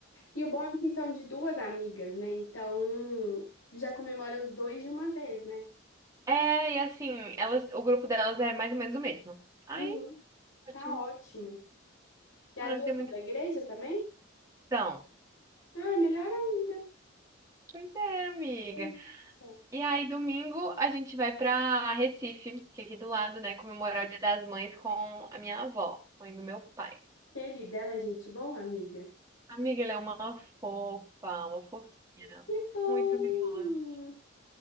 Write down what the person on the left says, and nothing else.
E o bom é que são de duas amigas, né? Então, já comemora os dois de uma vez, né?
Uhum,
tá ótimo. E as
duas
são
da igreja também?
Ah, melhor ainda.
Delícia.
Querida, ela é gente boa, amiga?
Que bom!